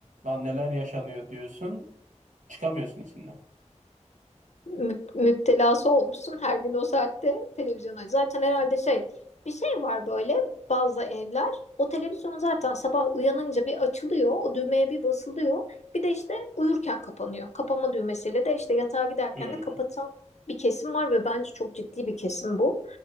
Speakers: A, on the right (about 85°); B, on the left (about 65°).
A: lan neler yaşanıyor diyorsun. Çıkamıyorsun içinden.
B: mü- müptelası olmuşsun her gün o saatte televizyona. Zaten herhalde şey bir şey var böyle bazı evler o televizyon zaten sabah uyanınca bir açılıyor o düğmeye bir basılıyor bir de işte uyurken kapanıyor. Kapama düğmesiyle de işte yatağa giderken
A: Hı
B: de kapatan bir kesim var ve bence çok ciddi bir kesim bu.